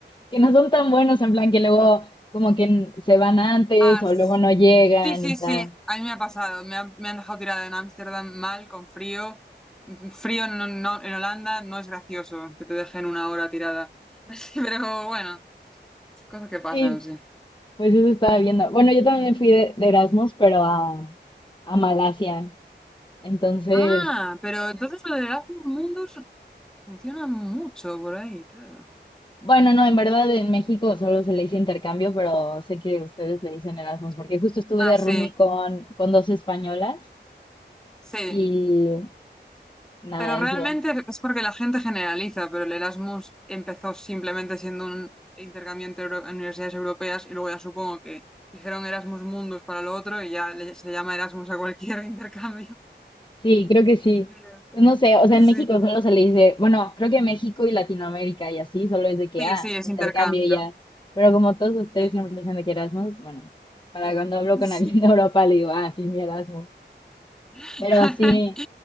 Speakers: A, on the left (about 25°); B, in the centre.
A: que no son tan buenos, en plan que luego como que se van antes
B: Ah,
A: o
B: s-
A: luego no llegan
B: sí, sí,
A: y tal.
B: sí, a mí me ha pasado, me, ha- me han dejado tirada en Ámsterdam mal, con frío. Mm, Frío no, no- en Holanda no es gracioso que te dejen una hora tirada. <laughs> Pero bueno, cosas que pasan,
A: Sí.
B: sí.
A: Pues eso estaba viendo. Bueno, yo también fui de, de Erasmus, pero a, a Malasia. Entonces,
B: Ah, pero entonces lo de Erasmus Mundus Funciona mucho por ahí, claro.
A: bueno, no, en verdad en México solo se le dice intercambio, pero sé que ustedes le dicen Erasmus, porque justo estuve
B: Ah,
A: de
B: sí,
A: roomie con, con dos españolas
B: sí.
A: y nada,
B: Pero realmente
A: eso.
B: es porque la gente generaliza, pero el Erasmus empezó simplemente siendo un intercambio entre euro- universidades europeas y luego ya supongo que dijeron Erasmus Mundus para lo otro y ya le- se llama Erasmus a cualquier <laughs> intercambio.
A: Sí, creo que sí.
B: Pero-
A: Pues no sé, o sea,
B: Sí.
A: en México solo se le dice, bueno, creo que México y Latinoamérica y así, solo es de que,
B: Sí,
A: ah,
B: sí, es
A: intercambio
B: intercambio.
A: y ya. Pero como todos ustedes
B: Sí.
A: siempre le dicen de que Erasmus, bueno, para
B: <laughs>
A: cuando hablo con
B: Sí.
A: alguien de Europa le digo, ah, sí, mi Erasmus.
B: <laughs>
A: Pero sí,